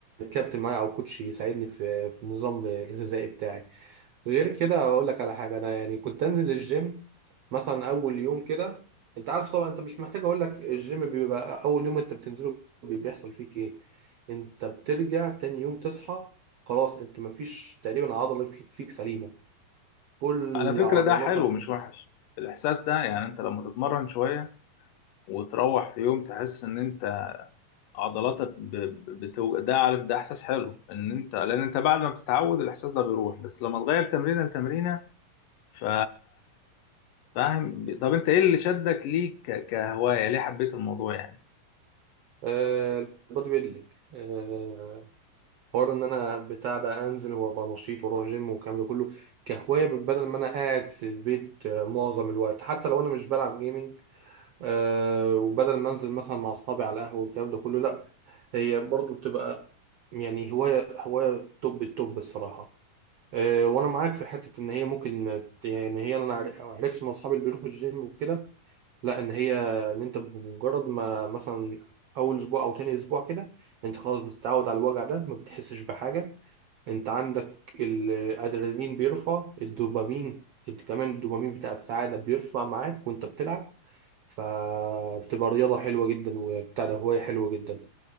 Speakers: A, on the right; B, on the left.
A: كابتن معايا أو كوتش يساعدني في في النظام الغذائي بتاعي غير كده اقول لك على حاجه انا يعني كنت انزل الجيم مثلا اول يوم كده انت عارف طبعا انت مش محتاج اقول لك الجيم بيبقى اول يوم انت بتنزله بي- بيحصل فيك ايه انت بترجع تاني يوم تصحى خلاص انت مفيش تقريبا عضله في- فيك سليمه كل
B: على فكرة
A: عضلاتك
B: ده حلو مش وحش الإحساس ده يعني أنت لما تتمرن شوية وتروح في يوم تحس إن أنت عضلاتك ب... ب- بتو... ده عارف ده احساس حلو ان انت لان انت بعد ما بتتعود الاحساس ده بيروح بس لما تغير تمرينه لتمرينه ف فاهم ب- طب انت ايه اللي شدك ليه ك... كهوايه ليه حبيت الموضوع يعني
A: آه البودي ويت ليج آه حوار ان انا بتاع ده انزل وابقى نشيط واروح جيم والكلام ده كله كهوايه بدل ما انا قاعد في البيت آه، معظم الوقت حتى لو انا مش بلعب جيمنج أه وبدل ما انزل مثلا مع اصحابي على قهوه والكلام ده كله لا هي برضو بتبقى يعني هوايه هوايه توب التوب الصراحه أه وانا معاك في حته ان هي ممكن يعني هي انا عر- عرفت من اصحابي اللي بيروحوا الجيم وكده لا ان هي ان انت بمجرد ما مثلا اول اسبوع او تاني اسبوع كده انت خلاص بتتعود على الوجع ده ما بتحسش بحاجه انت عندك الادرينالين بيرفع الدوبامين انت كمان الدوبامين بتاع السعادة بيرفع معاك وانت بتلعب فبتبقى رياضة حلوة جدا وبتاع ده هواية حلوة جدا